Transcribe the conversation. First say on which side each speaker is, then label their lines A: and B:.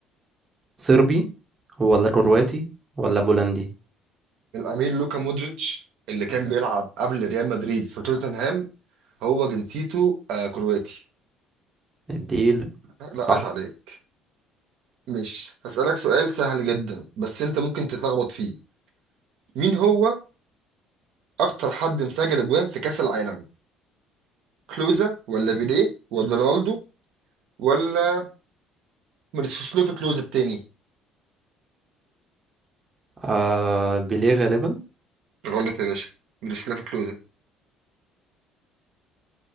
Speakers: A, on the right; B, on the right.
A: صربي ولا كرواتي ولا بولندي؟
B: الأمير لوكا مودريتش اللي كان بيلعب قبل ريال مدريد في توتنهام هو جنسيته آه كرواتي
A: الديل
B: لا لا،
A: صح
B: عيب عليك مش هسألك سؤال سهل جدا بس أنت ممكن تتلخبط فيه مين هو أكتر حد مسجل أجوان في كأس العالم كلوزا ولا بيليه ولا رونالدو ولا ميروسلاف كلوزا التاني
A: آه بيليه غالبا
B: غلط يا باشا ميروسلاف كلوزا